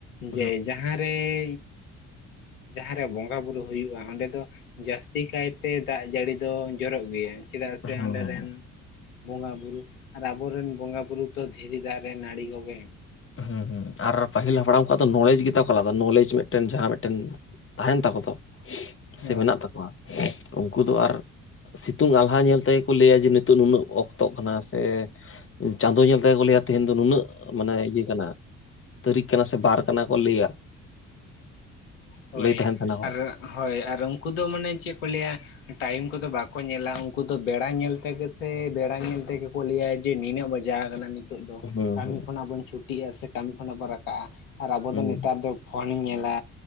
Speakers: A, on the left; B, on the left.
A: ᱦᱩᱸ
B: ᱡᱮ ᱡᱟᱸᱦᱟᱼᱼ ᱛᱮᱭ ᱡᱟᱸᱦᱟ ᱨᱮ ᱵᱚᱸᱜᱟ ᱵᱩᱨᱩ ᱦᱩᱭᱩᱜᱼᱟ ᱚᱸᱰᱮ ᱫᱚ ᱡᱟᱹᱥᱛᱤ ᱠᱟᱭᱛᱮ ᱛᱮ ᱫᱟᱜ ᱡᱟᱹᱲᱤ ᱫᱚ ᱡᱚᱨᱚᱜ ᱜᱮᱭᱟ ᱪᱮᱫᱟᱜ
A: ᱦᱮᱸ
B: ᱥᱮ ᱚᱸᱱᱰᱮ
A: ᱦᱮᱸ
B: ᱨᱮᱱᱼᱼ ᱵᱚᱸᱜᱟ ᱵᱩᱨᱩ ᱟᱨ ᱟᱵᱚᱨᱮᱱ ᱵᱚᱸᱜᱟ ᱵᱩᱨᱩ ᱛᱚ ᱫᱷᱤᱨᱤ ᱫᱟᱲᱮ ᱱᱟᱲᱤ ᱠᱚᱜᱮ
A: ᱦᱩᱸ ᱦᱩᱸ ᱟᱨ ᱯᱟᱦᱤᱞ ᱦᱟᱯᱲᱟᱢ ᱠᱚᱣᱟᱜ ᱫᱚ ᱱᱚᱞᱮᱡᱽ ᱜᱮᱛᱟ ᱠᱚ ᱟᱞᱟᱫᱟ ᱱᱚᱞᱮᱡᱽ ᱢᱮᱜᱴᱮᱱ ᱡᱟᱸᱦᱟ ᱢᱤᱜᱴᱮᱱ ᱛᱟᱦᱮᱱ ᱛᱟᱠᱚ ᱫᱚ ᱥᱮ
B: ᱦᱳᱭ
A: ᱢᱮᱱᱟᱜ ᱛᱟᱠᱚᱣᱟ ᱩᱱᱠᱩ ᱫᱚ ᱟᱨᱼᱼ ᱥᱤᱛᱩᱝ ᱟᱞᱦᱟ ᱧᱮᱞ ᱛᱮᱜᱮ ᱠᱚ ᱞᱟᱹᱭᱟ ᱡᱮ ᱱᱤᱛᱚᱜ ᱱᱩᱱᱟᱹᱜ ᱚᱠᱛᱚᱜ ᱠᱟᱱᱟ ᱥᱮ ᱪᱟᱸᱫᱚ ᱧᱮᱞ ᱛᱮᱜᱮ ᱠᱚ ᱞᱮᱭᱟ ᱛᱮᱦᱤᱧ ᱫᱚ ᱱᱩᱱᱟᱹᱜ ᱢᱟᱱᱮ ᱤᱭᱟᱹ ᱠᱟᱱᱟ ᱛᱟᱹᱨᱤᱠᱷ ᱠᱟᱱᱟ ᱥᱮ ᱵᱟᱨ ᱠᱟᱱᱟ ᱠᱚ ᱞᱟᱹᱭᱟ
B: ᱦᱳᱭ
A: ᱞᱟᱹᱭ ᱛᱟᱦᱮᱱ ᱛᱟᱦᱮᱱᱟ
B: ᱟᱨ
A: ᱠᱚ
B: ᱦᱳᱭ ᱟᱨ ᱩᱱᱠᱩ ᱫᱚ ᱢᱟᱱᱮ ᱪᱮᱫ ᱠᱚ ᱞᱟᱹᱭᱟ ᱴᱟᱭᱤᱢ ᱠᱚᱫᱚ ᱵᱟᱠᱚ ᱧᱮᱞᱟ ᱩᱱᱠᱩ ᱫᱚ ᱵᱮᱲᱟ ᱧᱮᱞ ᱛᱮᱜᱮ ᱥᱮ ᱵᱮᱲᱟ ᱧᱮᱞ ᱛᱮᱜᱮ ᱠᱚ ᱞᱟᱹᱭᱟ ᱡᱮ ᱱᱤᱱᱟᱹᱜ ᱵᱟᱡᱟ ᱟᱠᱟᱱᱟ ᱱᱤᱛᱚᱜ ᱫᱚ
A: ᱦᱩᱸ
B: ᱠᱟᱹᱢᱤ
A: ᱦᱩᱸ
B: ᱠᱷᱚᱱᱟᱜ ᱵᱚᱱ ᱪᱷᱩᱴᱤᱜᱼᱟ ᱥᱮ ᱠᱟᱹᱢᱤ ᱠᱷᱚᱱᱟᱜ ᱵᱚᱱ ᱨᱟᱠᱟᱵᱼᱟ ᱟᱨ ᱟᱵᱚ
A: ᱦᱩᱸ
B: ᱫᱚ ᱱᱮᱛᱟᱨ ᱫᱚᱼᱼ ᱯᱷᱳᱱᱤᱧ ᱧᱮᱞᱟ